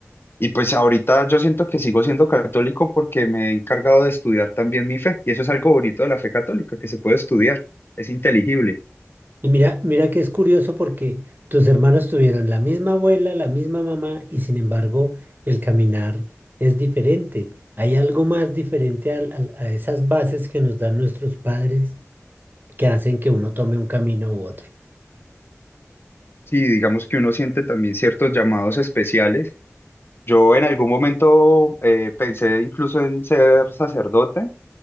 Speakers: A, on the left; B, on the right.
A: Y pues ahorita yo siento que sigo siendo católico porque me he encargado de estudiar también mi fe. Y eso es algo bonito de la fe católica, que se puede estudiar, es inteligible.
B: Y mira, mira que es curioso porque tus hermanos tuvieron la misma abuela, la misma mamá, y sin embargo el caminar es diferente. Hay algo más diferente al- al- a esas bases que nos dan nuestros padres que hacen que uno tome un camino u otro.
A: Sí, digamos que uno siente también ciertos llamados especiales. Yo en algún momento eh, pensé incluso en ser sacerdote.